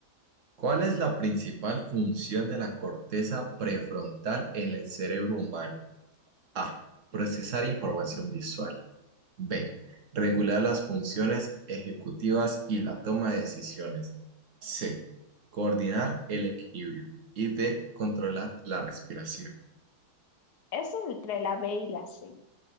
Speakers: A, on the right; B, on the left.
A: ¿Cuál es la principal función de la corteza prefrontal en el cerebro humano? A. Procesar información visual. B. Regular las funciones ejecutivas y la toma de decisiones. C. Coordinar el equilibrio. Y D. Controlar la respiración.
B: Eso entre la B y la C,